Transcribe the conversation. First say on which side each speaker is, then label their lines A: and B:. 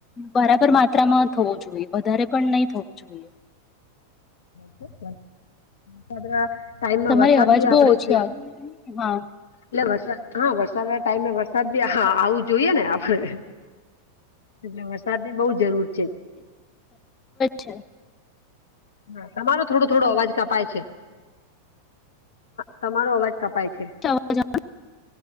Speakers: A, on the left; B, on the left.
A: બરાબર માત્રામાં થવું જોઈએ વધારે પણ નહી થવું જોઈએ.
B: છે ત સાથે ટાઈમમાં
A: તમારી
B: વરસાદ
A: અવાજ
B: બી આપડે
A: બહુ ઓછી
B: જ
A: આવે હા
B: એટલે વરસાદ હા વરસાદ ના ટાઈમે વરસાદ બી હા આવું જોઈએ ને આપડ એટલે વરસાદ ની બહુ જરૂર છે.
A: છે
B: હ તમારો થોડો થોડો અવાજ કપાય છે. તમારો અવાજ કપાય છે.
A: અવાજ આવે